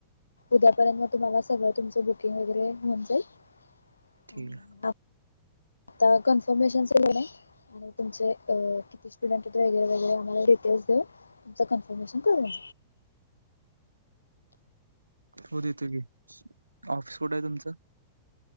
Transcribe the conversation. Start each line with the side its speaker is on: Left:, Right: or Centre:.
Left: उद्यापर्यंत म तुम्हाला सगळं तुमचं बुकिंग वगैरे होऊन जाईल.
Right: ठीक
Left: आणि
Right: आ
Left: आता कन्फर्मेशनच कणी आणि तुमचे अ किती स्टुडंट हाईत वेगेरे वेगेरे आम्हाला डिटेल्स देऊन. तुमचं कन्फर्मेशन करूनया.
Right: हो देतो की, ऑफिस कुठे आहे तुमचं?